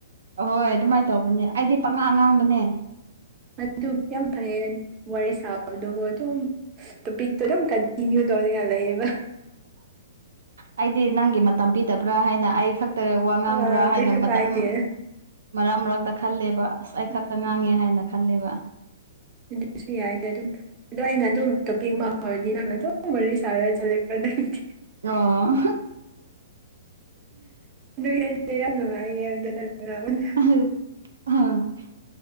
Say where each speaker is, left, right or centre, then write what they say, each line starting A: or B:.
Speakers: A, on the right; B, on the right.
A: ꯑꯍꯣꯏ ꯑꯗꯨꯃꯥꯏꯅ ꯇꯧꯕꯅꯦ ꯑꯩꯗꯤ ꯄꯥꯉꯥ ꯑ꯫ꯉꯥꯡꯕꯅꯦ
B: ꯑꯗꯨ ꯌꯥꯝ ꯐꯩꯌꯦ ꯋꯥꯔꯤ ꯁꯥ ꯑꯗꯨꯕꯨ ꯑꯗꯨꯝ ꯇꯣꯄꯤꯛꯇꯣ ꯑꯗꯨꯝ ꯀꯟꯇꯤꯅ꯭ꯌꯨ ꯇꯧꯅꯤꯡꯉꯥꯏ ꯂꯩꯌꯦꯕ
A: ꯑꯩꯗꯤ ꯅꯪꯒꯤ ꯃꯇꯝ ꯄꯤꯗꯕ꯭ꯔꯥ ꯍꯥꯏꯅ ꯑꯩ ꯈꯛ ꯋꯥ ꯉꯥꯡꯕ꯭ꯔꯥ
B: ꯑꯥ
A: ꯍꯥꯏꯅ
B: ꯀꯩꯁꯨ
A: ꯃꯇꯝ
B: ꯀꯥꯏꯗꯦ
A: ꯑꯃ ꯃꯔꯛ ꯃꯔꯛꯇ ꯈꯜꯂꯦꯕ ꯑꯁ ꯑꯩ
B: ꯎꯝ
A: ꯈꯛꯇ ꯉꯥꯡꯉꯦ ꯍꯥꯏꯅ ꯈꯜꯂꯦꯕ
B: ꯑꯗꯨꯁꯨ ꯌꯥꯏꯗ ꯑꯗꯨꯝ ꯑꯗꯣ ꯑꯩꯅ ꯑꯗꯨꯝ ꯇꯣꯄꯤꯛꯃꯥ ꯍꯧꯔꯗꯤ ꯅꯪꯅ ꯗꯨꯝ ꯋꯥꯔꯤ ꯁꯥꯔꯦ ꯆꯠꯂꯦꯕ <unintelligible>
A: ꯑꯣ
B: ꯑꯗꯨ ꯑꯩꯁꯦ ꯌꯥꯝ ꯅꯨꯡꯉꯥꯏꯌꯦ ꯑꯝꯇ ꯅꯪ ꯉꯥꯡꯉꯨꯅꯦ
A: <unintelligible>